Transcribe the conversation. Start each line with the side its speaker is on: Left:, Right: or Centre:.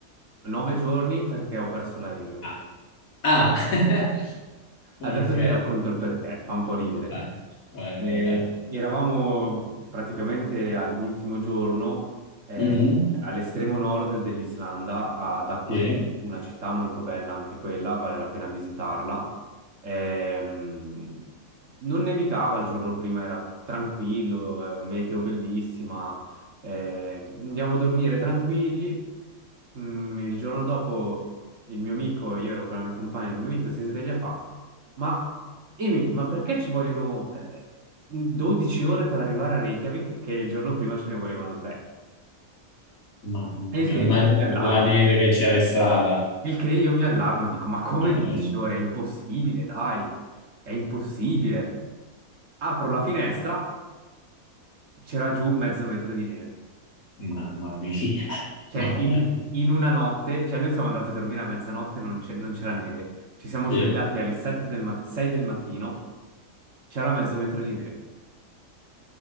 Right: nove giorni perché ho perso l'aereo.
Left: Ah, Ah. <laughs> ok,
Right: Adesso ti racconto il perché, fa un po' ridere.
Left: vai, vai,
Right: Eh,
Left: vai. vai.
Right: eravamo praticamente all'ultimo giorno, eh,
Left: Mhm.
Right: all'estremo nord dell'Islanda, ad Akureyri,
Left: Sì.
Right: una città molto bella anche quella, vale la pena visitarla. Ehm, non nevicava il giorno prima, era tranquillo, eh, meteo bellissima, eh, andiamo a dormire tranquilli. Mm, il giorno dopo il mio amico, io ero con la mia compagna, il mio amico si sveglia e fa. Ma Emi, ma perché ci vogliono eh, eh, 12 ore per arrivare a Reykjavik che il giorno prima ce ne volevano 3?
Left: Mamma mia,
Right: E il che
Left: immagino
Right: io mi allarmo.
Left: per la neve che c'era in strada.
Right: Il che io mi allarmo, dico, ma come
Left: Madonna,
Right: 12 ore? È impossibile, dai, è impossibile. Apro la finestra, c'era giù mezzo metro di neve.
Left: mamma mia, <laughs>
Right: Cioè,
Left: mamma
Right: in,
Left: mia.
Right: in una notte, cioè noi siamo andati a dormire a mezzanotte, non c'è- non c'era neve. Ci siamo svegliati
Left: Sì,
Right: alle 7 del mat- 6 del mattino, c'era mezzo metro di neve.